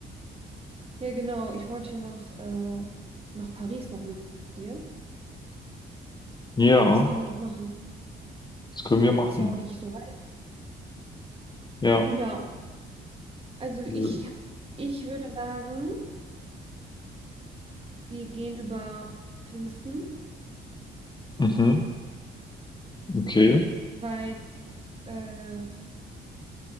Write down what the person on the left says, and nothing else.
Ja,
das können wir machen.
Ja.
Äh,
Mhm, okay.